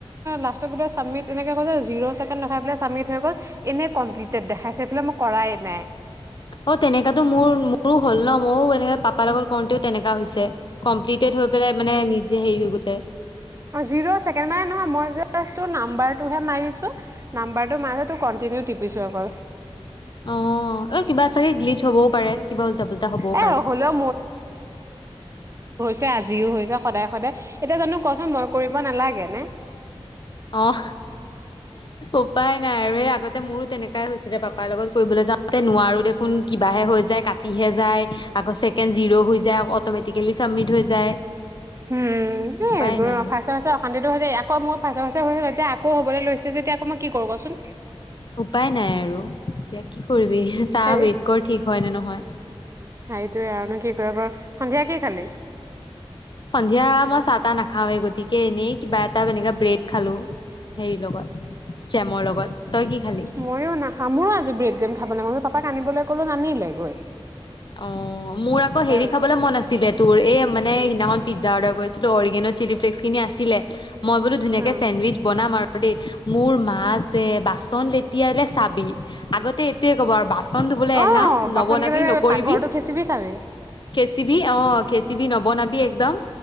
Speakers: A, on the right; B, on the left.
A: তাৰপিছত চাবমিট তেনেকে জিৰোছেকেন দেখায় পেলাই চাবমিট হৈ গ'ল এ। কমপ্লিট দেখাইছে বোলে মই কৰায় নাই।
B: অ তেনেকাতো মোৰ। ৰো হ'ল ন ময়ো এনেকে পাপাৰ লগত কৰোতেও তেনেকা হৈছে। কমপ্লিটে হৈ পেলাই মানে নিজে হেৰি হৈ গৈছে। এক।
A: জিৰো ছেকেন মানে নহয় মই যাচ নাম্বাটোহে মাৰিচো নাম্বাৰটো মাৰোতেও কন্টিনিউ টিপিছো আক।
B: অ অ কিবা চাগে গ্লিজ হবও পাৰে কিবা উল্টা পাল্টা হবও
A: এ
B: পাৰে।
A: হ'লেও যে আজিও হৈ হৈছে সদায় সদায়। এতিয়া জানো। কৰিব নালাগে নে।
B: আহ। উপাই নাই আৰু এই আগতে মোৰো তেনেকাই হৈছিলে পাপাৰ লগত কৰিবলৈ যাওঁতে নোৱাৰো দেখোন। কিবাহে হৈ যায়, কাটিহে যায়। আকৌ ছেকেণ্ড জিৰ' হৈ যায়, অট'মেটিকেলি ছাবমিট হৈ যায়।
A: হুম এইবোৰ
B: উপায় নাই
A: আৰু, ফাষ্টে-ফাষ্টে অশান্তিটো হৈছে, ইয়াক আকৌ মোৰ পাছে-পাছে হৈ হ'ল এতিয়া আকৌ হ'বলৈ লৈছে যেতিয়া আকৌ মই কি কৰো ক'চোন?
B: উপায় নাই আৰু। এতিয়া কি কৰিবি? চাহ
A: সেই
B: ৱেইট কৰ ঠিক হয় নে নহয়।
A: সেইটোৱে আৰুনো কি কৰিব পাৰোঁ! সন্ধিয়া কি খালি?
B: সন্ধিয়া মই চাহ-তাহ নাখাওৱে গতিকে এনেই কিবা এটা এনেকে ব্ৰেড খালো। হেৰি লগত, জেমৰ লগত। তই কি খালি?
A: ময়ো নাখাওঁ মোৰো আজি ব্ৰেড জেম খাবলৈ <unintelligible> পাপাক আনিবলৈ কলো, নানিলে গৈ!
B: অ' মোৰ আকৌ
A: তাৰ
B: হেৰি খাবলে মন আছিলে তোৰ এই মানে! দিনাখন পিজ্জা অৰ্ডাৰ কৰিছিলো, অৰিগেন', চিলিফ্লেগচখিনি আছিলে। মই বোলো ধুনীয়াকে
A: অ',
B: চেণ্ডুইচ বনাম আৰু। দেই মোৰ মা যে বাচন লেটিয়ালে চাবি, আগতে এইটোয়ে ক'ব আৰু বাচন চন ধুবলে এলাহ,
A: অ', বাচন
B: নবনাবি
A: কেইটা
B: নক কৰিবি,
A: পাকঘৰটো খেচিবি চাবি।
B: খেচিবি, অ' <unintelligible> নবনাবি একদম।